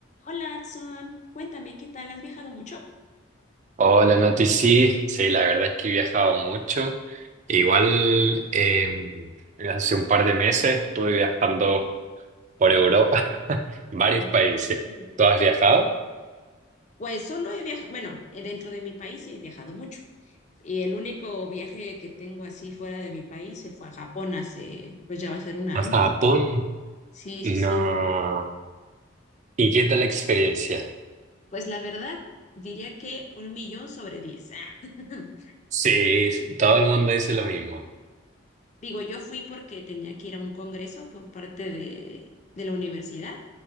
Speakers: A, on the left; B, on the right.
A: Hola, Adson. Cuéntame, ¿qué tal? ¿Has viajado mucho?
B: Hola, Nati, sí, sí, la verdad es que he viajado mucho. Igual eh, hace un par de meses estuve viajando por Europa, <laughs> varios
A: Oh,
B: países.
A: interesante.
B: ¿Tú has viajado?
A: Pues solo he viajado, bueno, eh, dentro de mi país he viajado mucho. Y el único viaje que tengo así fuera de mi país se fue a Japón hace, pues ya va a ser un año.
B: ¿A Japón?
A: Sí,
B: No.
A: sí, sí.
B: ¿Y qué tal la experiencia?
A: Pues la verdad, diría que un millón sobre diez. <laughs>
B: Sí, todo el mundo dice lo mismo.
A: Digo, yo fui porque tenía que ir a un congreso por parte de, de la universidad,